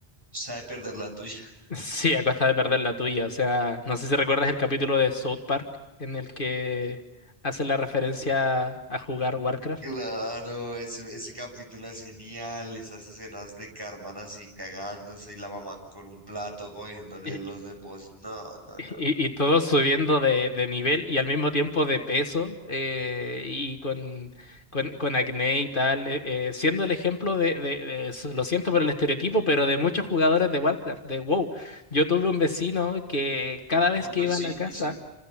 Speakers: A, on the right; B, on the left.
A: Sabe perder la tuya. <laughs>
B: Sí, a costa de perder la tuya. O sea, no sé si recuerdas el capítulo de South Park en el que hace la referencia a jugar Warcraft.
A: Claro, ese, ese capítulo es genial, esas escenas de Carmen así cagándose y la mamá con un plato cogiéndole
B: Y,
A: los depósitos. No, no, no.
B: y- y todos subiendo de, de nivel y al mismo tiempo de peso eh, y con, con, con acné y tal, eh, eh, siendo el ejemplo de, de- de eso, lo siento por el estereotipo, pero de muchos jugadores de Warcraft, de WoW. Yo tuve un vecino que cada vez
A: no.
B: que
A: No,
B: iba
A: y sí,
B: a la casa...
A: y sí.